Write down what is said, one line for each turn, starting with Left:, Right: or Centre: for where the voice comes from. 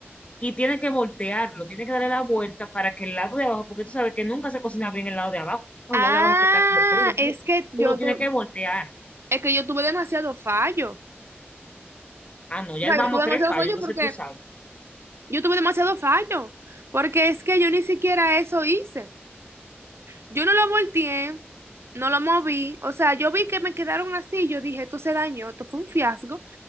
Left: y tiene que voltearlo, tiene que darle la vuelta para que el lado de abajo, porque tú sabes que nunca se cocina bien el lado de abajo,
Right: Ah,
Left: el lado de abajo que está como crudo, entonces
Right: es que yo
Left: tú lo tienes
Right: te,
Left: que voltear.
Right: Es que yo tuve demasiado fallo.
Left: Ah, no, ya
Right: O sea,
Left: vamos
Right: yo tuve demasiado
Left: tres fallos,
Right: fallo
Left: entonces
Right: porque
Left: tú sabes.
Right: yo tuve demasiado fallo. Porque es que yo ni siquiera eso hice. Yo no lo volteé, no lo moví. O sea, yo vi que me quedaron así. Yo dije, esto se dañó, esto fue un fiasco.